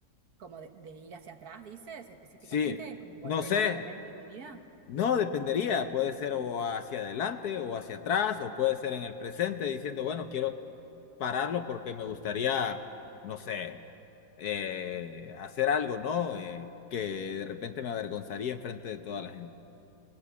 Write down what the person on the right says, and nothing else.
Como de, de ir hacia atrás, dices específicamente,
como volver
a un momento de mi vida.